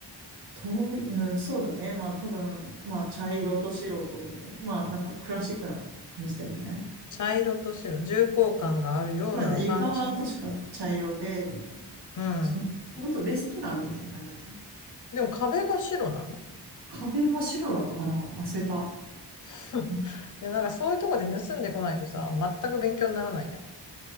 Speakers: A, on the right; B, on the left.
A: とび、うん、そうだね。まあ多分、まあ茶色と白とみたいな。まあなんかクラシックな感じだよね。
B: 茶色と白、重厚感があるような感じの。
A: まあ床は確か茶色で、みたいな感じ。
B: うん。
A: ほんとレストランみたいな感じだったね。
B: でも壁が白なの
A: 壁は白だったかな忘れた。
B: <laughs>
A: うん
B: いや、なんかそういうとこで盗んでこないとさ、全く勉強にならないやん。